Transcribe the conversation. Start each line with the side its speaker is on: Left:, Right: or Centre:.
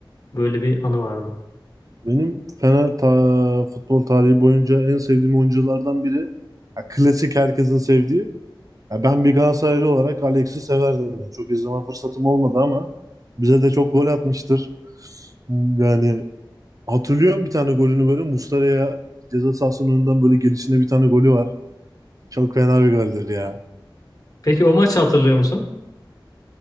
Left: Böyle bir anı vardı.
Right: Benim Fener ta futbol tarihi boyunca en sevdiğim oyunculardan biri. Ha, klasik herkesin sevdiği Ya ben bir Galatasaraylı olarak Alex'i severdim. Yani çok izleme fırsatım olmadı ama bize de çok gol atmıştır. Yani hatırlıyorum bir tane golünü böyle Muslera'ya ceza sahasının önünden böyle gelişinde bir tane golü var. Çok fena bir goldür ya.
Left: Peki o maçı hatırlıyor musun?